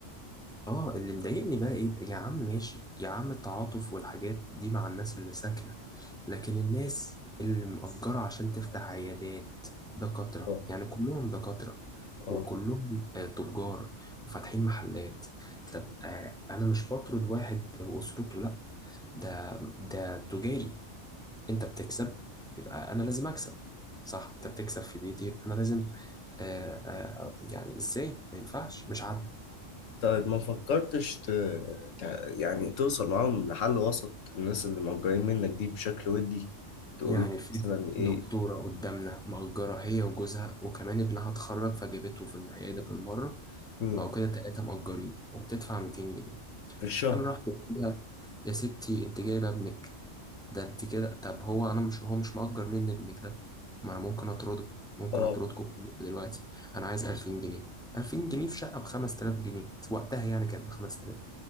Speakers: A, in the centre; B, on the left (about 85°).
A: اه اللي مضايقني بقى ايه يا عم ماشي يا عم التعاطف والحاجات دي مع الناس اللي ساكنة لكن الناس اللي مأجرة عشان تفتح عيادات دكاترة
B: اه
A: يعني كلهم دكاترة وكلهم
B: اه
A: آه، تجار وفاتحين محلات طب آه، أنا مش بطرد واحد وأسرته لأ ده ده تجاري أنت بتكسب يبقى أنا لازم أكسب صح أنت بتكسب في بيتي يبقى أنا لازم آه، آه، يعني إزاي ما ينفعش مش عادل
B: طيب ما فكرتش ت... تع- يعني توصل معاهم لحل وسط الناس اللي موجودين منك دي بشكل ودي تقول
A: يعني
B: لهم
A: في
B: مثلا ايه
A: دكتورة قدامنا مأجرة هي وجوزها وكمان ابنها اتخرج فجابته في العيادة بالمرة
B: مم.
A: بقوا كده تلاتة مأجرين وبتدفع 200 جنيه
B: في الشهر
A: فأنا رحت قلت لها يا ستي أنت جايبة ابنك ده أنت كده طب هو أنا مش هو مش مأجر مني ابنك ده ما أنا ممكن أطرده ممكن
B: اه
A: أطردكم كلكم دلوقتي أنا عايز 2000 جنيه 2000 جنيه في شقة ب 5000 جنيه وقتها يعني كانت ب 5000